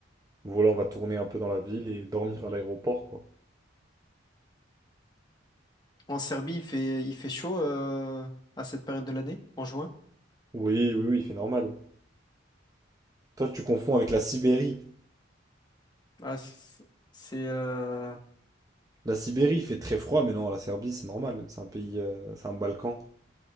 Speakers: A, on the right; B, on the left.
A: voilà, on va tourner un peu dans la ville et dormir à l'aéroport, quoi.
B: En Serbie, il fait, il fait chaud euh, à cette période de l'année, en juin.
A: Oui, oui, oui, c'est normal. Toi, tu confonds avec la Sibérie.
B: Ah, c'est, c'est, euh,
A: La Sibérie, il fait très froid, mais non, la Serbie, c'est normal. C'est un pays, euh, c'est un Balkan.